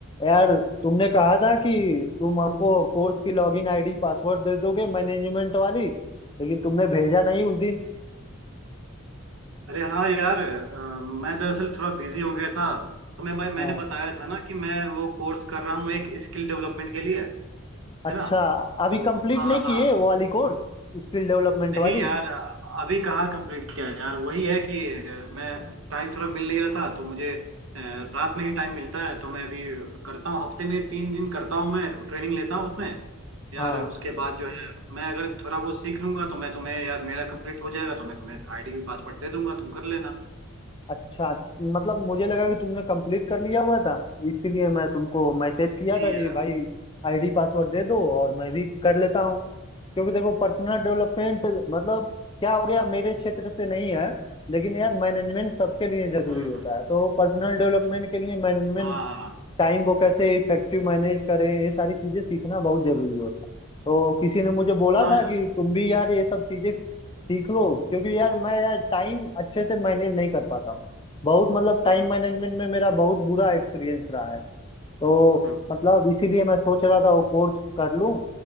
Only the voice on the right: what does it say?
अरे हाँ यार अ, मैं दरअसल थोड़ा बिजी हो गया था तो मैं भाई मैंने
बताया था ना कि मैं वो कोर्स कर रहा हूँ एक स्किल डेवलपमेंट के लिए
है ना
तो
हाँ
हाँ
नहीं
यार अ, अभी कहाँ कंप्लीट किया यार वही है कि अ, मैं टाइम थोड़ा मिल नहीं रहा था तो मुझे अ, रात में ही टाइम मिलता है तो मैं अभी करता हूँ हफ्ते में तीन दिन करता हूँ मैं ट्रेनिंग लेता हूँ उसमें यार
उसके बाद जो है मैं अगर थोड़ा बहुत सीख लूंगा तो मैं तुम्हें यार मेरा कंप्लीट हो जाएगा तो मैं तुम्हें आईडी भी पासवर्ड दे दूंगा तुम कर लेना
जी
यार
हम्म
हम्म।
हाँ हाँ।
हाँ
यार
हम्म
हम्म।